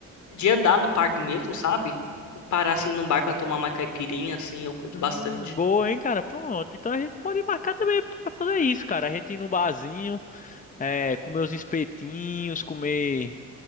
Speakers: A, on the left; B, on the left.
A: de andar no parque mesmo, sabe? E parar assim num bar pra tomar uma caipirinha, assim, eu curto
B: Hum,
A: bastante.
B: boa, hein, cara? Pronto. Então a gente pode marcar também pra fazer isso, cara. A gente ir no barzinho, é, comer os espetinhos, comer,